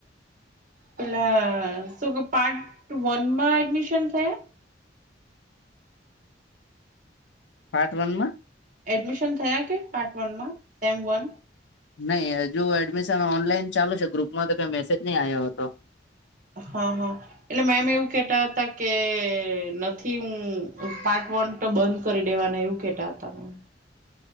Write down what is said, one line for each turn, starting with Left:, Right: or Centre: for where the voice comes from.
Right: પેલા શું કે પાર્ટ વનમાં એડમિશન થયા.
Left: પાર્ટ વનમાં.
Right: એડમિશન થયા કે પાર્ટ વન માં સેમ વન.
Left: નહી હજુ એડમિશન ઓનલાઈન ચાલુ છે ગ્રુપમાં તો કઈ મેસેજ નહી આયો હતો.
Right: હા હા એટલે મેમ એવું કેતા હતા કે નથી હું પાંચ ફોન તો બંધ કરી દેવાના એવું કેતા હતા મેમ.